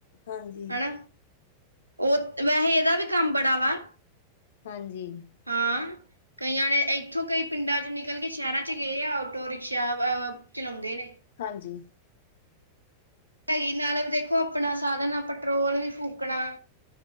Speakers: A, on the left; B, on the right.
A: ਹਾਂਜੀ
B: ਹੈਨਾ ਉਹ ਵੈਸੇ ਏਹਦਾ ਵੀ ਕੰਮ ਬੜਾ ਵਾ।
A: ਹਾਂਜੀ
B: ਹਾਂ
A: ਆਹ।
B: ਕਈਆਂ ਨੇ ਇੱਥੋਂ ਕਈ ਪਿੰਡਾਂ ਚੋ ਨਿਕਲ ਕੇ ਸ਼ਹਿਰਾਂ ਚ ਗਏ ਆ, ਆਟੋ ਰਿਕਸ਼ਾ ਆ-ਬ-ਅ ਚਲਾਉਂਦੇ ਨੇ।
A: ਹਾਂਜੀ।
B: ਹੈਗੀ ਨਾਲੇ ਦੇਖੋ ਆਪਣਾ ਸਾਧਨ ਆ, ਪੈਟਰੋਲ ਵੀ ਫੂਕਣਾ।